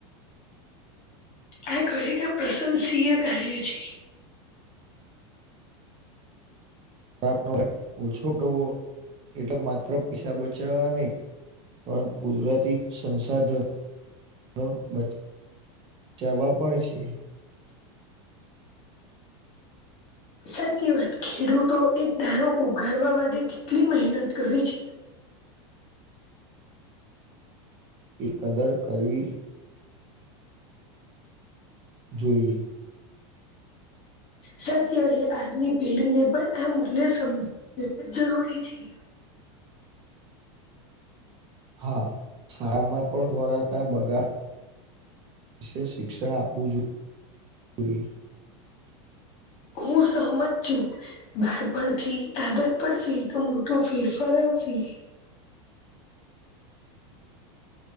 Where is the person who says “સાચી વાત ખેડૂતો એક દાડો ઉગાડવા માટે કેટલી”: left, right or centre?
Left